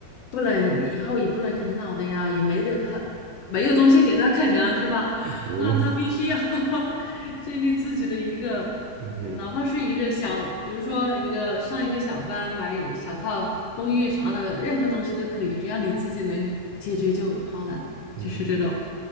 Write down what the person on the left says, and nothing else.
不能以后也不能啃老的呀，也没得啃，没有东西给他啃啊，是吧？<laughs>
那他必须要 <laughs> 建立自己的一个，
呃哪怕是一个小，比如说一个上一个小班，买小套公寓啥的，任何东西都可以，只要你自己能解决就好了，
就是这种。